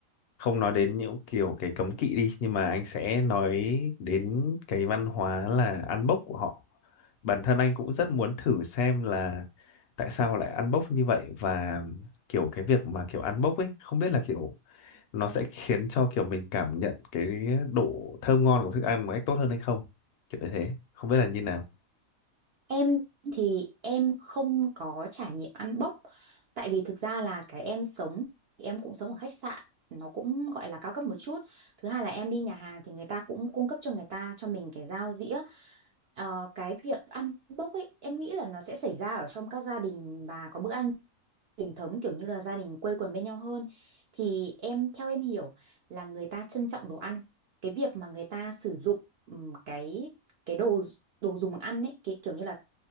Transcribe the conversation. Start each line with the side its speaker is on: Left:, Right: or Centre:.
Left: không nói đến những kiểu cái cấm kỵ đi nhưng mà anh sẽ nói đến cái văn hóa là ăn bốc của họ. Bản thân anh cũng rất muốn thử xem là tại sao lại ăn bốc như vậy và kiểu cái việc mà kiểu ăn bốc ấy không biết là kiểu nó sẽ khiến cho kiểu mình cảm nhận cái độ thơm ngon của thức ăn một cách tốt hơn hay không. Kiểu như thế, không biết là như nào.
Right: Em thì em không có trải nghiệm ăn bốc tại vì thực ra là cái em sống thì em cũng sống ở khách sạn nó cũng gọi là cao cấp một chút thứ hai là em đi nhà hàng thì người ta cũng cung cấp cho người ta cho mình cái dao dĩa Ờ, cái việc ăn bốc ấy em nghĩ là nó sẽ xảy ra ở trong các gia đình và có bữa ăn truyền thống kiểu như là gia đình quây quần bên nhau hơn thì em theo em hiểu là người ta trân trọng đồ ăn cái việc mà người ta sử dụng ừm, cái cái đồ đồ dùng ăn ấy cái kiểu như là